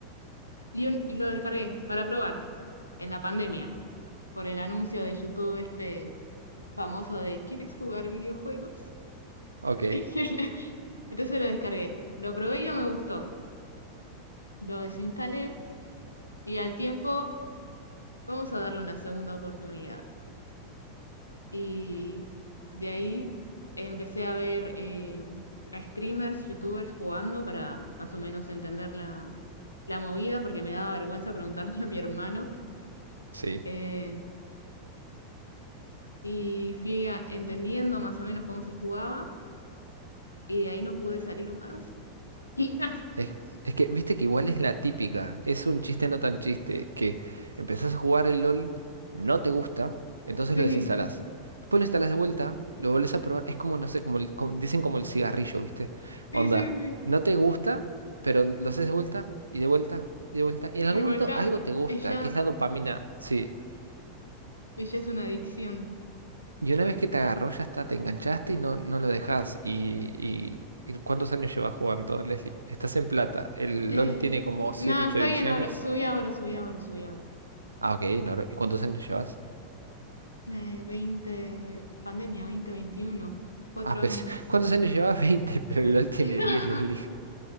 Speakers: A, on the left; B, on the right.
A: Y un- lo descargué para probar en la pandemia. por el anuncio de YouTube este famoso de ¿Quieres jugar videojuegos?
B: Ok,
A: <laughs> Entonces lo descargué, lo probé y no me gustó, lo desinstalé y al tiempo vamos a darle una segunda oportunidad. Y de ahí empecé a ver eh, a streamers, youtubers jugando para más o menos entender la, la movida porque me daba vergüenza preguntarle <laughs> a mi hermano.
B: sí.
A: eh, y fui a- entendiendo más o menos cómo se jugaba y de ahí no pude salir más. <laughs>
B: Es, es que, viste que igual es la típica, es un chiste no tan chiste, que empezás a jugar el LOL, no te gusta, entonces
A: Sí,
B: lo desinstalás. Después lo instalás de vuelta, lo volvés a probar, es como, no sé, como, el- como- dicen como el cigarrillo, ¿viste?
A: sí,
B: Onda,
A: sí, sí.
B: no te gusta, pero lo haces de vuelta y de vuelta y de vuelta, y en
A: Y
B: algún
A: vuelta,
B: momento algo te gusta,
A: ella,
B: que es la dopamina, sí,
A: ella es una adicción.
B: y una vez que te agarró, ya está, te enganchaste y no, no lo dejás. Y, y- y ¿cuántos años llevas jugando, Leslie? Estás en plata. El
A: Eh,
B: LOL tiene como 7
A: nada,
B: 8
A: está
B: ediciones.
A: bien ahora. Subí ahora, subí ahora, subí ahora.
B: Ah, ok, no, lo- ¿y cuántos años llevas?
A: Eh, veinte, pandemia, veinte, veintiuno, Cuatro
B: Ah, pues,
A: años.
B: <laughs> ¿cuántos años llevas? <laughs> 20, pero el LOL tiene
A: <laughs>
B: diez, Leslie.